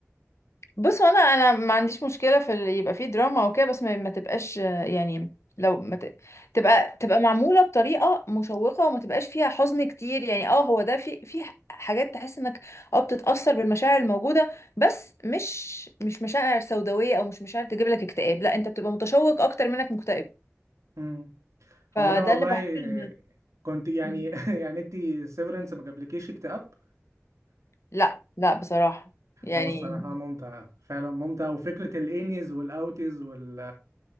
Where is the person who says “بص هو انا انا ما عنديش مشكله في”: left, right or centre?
Left